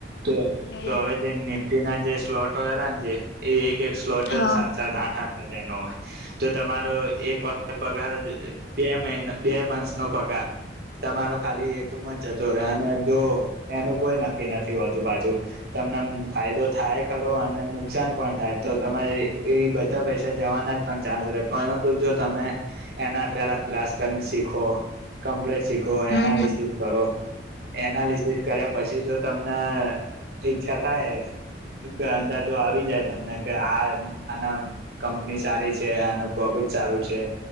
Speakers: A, on the right; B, on the left.
A: તો
B: યા
A: હવે નિફ્ટ એના જે સ્લોટરા જે એ એક એક સ્લોટ
B: યા
A: તાં ન હોય તો તમારો એક વાર પગાર બે મહિનો બે મંથ નો પગાર તમારો ખાલી એકમ જ જતો રે અને જો એનું કોઈ નક્કી નથી હોતું બાજુ તમને ફાયદો થાય ખરો અને નુકસાન પણ થાય તો તમારે એ બધા પૈસા જવાના જ પણ ચાન્સ રહે પરંતુ જો તમે એના પેલા ક્લાસ કરીને શીખો કમ્પ્લેટ શીખો
B: હા
A: એનાલિસિસ કરો એનાલિસિસ કર્યા પછી જો તમને ઈ્છા થાય કે અંદાજો આવી જાય તમને કે આ આના કંપની સારી છે આનું પ્રોફિટ સારું છે